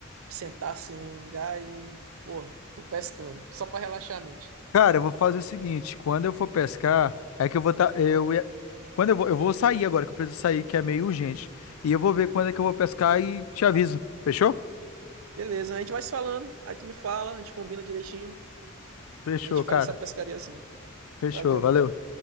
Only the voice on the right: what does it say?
sentar assim num lugar e, porra, tô pescando, só pra relaxar a mente.
Beleza, a gente vai se falando, aí tu me fala, a gente combina direitinho.
E a gente
faz essa pescaria assim.
Valeu,
mano.